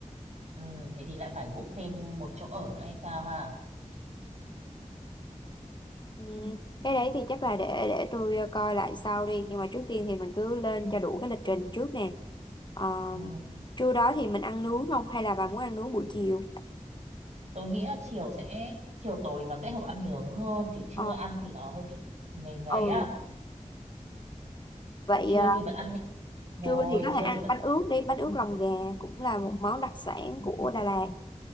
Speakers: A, on the right; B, on the left.
A: ừ thế thì lại phải book thêm một chỗ ở nữa hay sao ha
B: Ừ, Cái đấy thì chắc là để để tôi ờ, coi lại sau đi nhưng mà trước tiên thì mình cứ lên cho đủ cái lịch trình trước nè Ờ,
A: ừ
B: trưa đó thì mình ăn nướng không hay là bà muốn ăn nướng buổi chiều
A: tôi nghĩ là chiều sẽ chiều tối nó sẽ hợp ăn nướng hơn chỉ trưa
B: Ờ,
A: ăn thì nó hơi bị ngày ngày
B: ừ
A: á
B: vậy
A: trưa
B: ờ,
A: thì vẫn ăn nhẹ thôi
B: trưa thì có
A: trưa
B: thể ăn
A: thì vẫn
B: bánh ướt đi bánh ướt lòng gà cũng là một món đặc sản của Đà Lạt